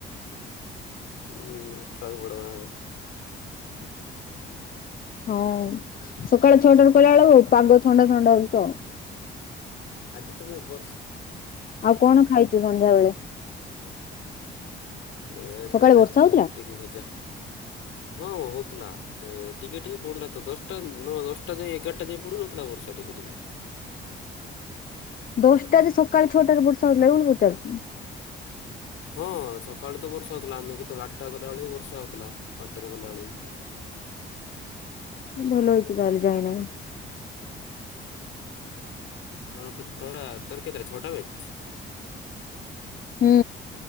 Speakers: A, on the left; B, on the left.
A: ଉଁ ଥାଉ ବଡ଼ବାରେ। <inaudible>
B: ହଁ ସକାଳେ ଛଅଟାରୁ କହିଲା ବେଳକୁ ପାଗ ଥଣ୍ଡା ଥଣ୍ଡା ହଉଛି ତ
A: ଆଜି ତମେ ବର୍ଷ
B: ଆଉ କଣ ଖାଇଛୁ ସନ୍ଧ୍ୟାବେେଳେ?
A: ଏ ଏବେ
B: ସକାଳେ
A: ଖାଇଥିଲି
B: ବର୍ଷା ହଉଥିଲା?
A: ରୁଟିକୁ ଭଜା ହଁ ହଉଥିଲା ସେ ଟିକେ ଟିକେ ପଡୁଥିଲା ତ ଦଶଟା ନଅ ଦଶଟା ଯାଁଏ ଏଗାରଟା ଯାଏଁ ପଡୁନଥିଲା ବର୍ଷା ଟିକେ ଟିକେ।
B: ଦଶଟାଜି ସକାଳେ ଛଅଟାରୁ ବର୍ଷା ହଉଥିଲା ବୋଲି ପଚାରୁଚି।
A: ହଁ ସକାଳୁ ତ ବର୍ଷା ହଉଥିଲା ଆମେ କେତେବେଳେ ଆଟା ଗଲାବେଳେ ବି ବର୍ଷା ହଉଥିଲା ଆଠଟାରେ ଗଲାବେଳେ ବି।
B: ଭଲ ହେଇଛି ତାହାଲେ ଯାଇନାହିଁ।
A: ତୋର କେତରା ତୋରା କିତେଟା ଛଟା ବେ?
B: ହୁଁ।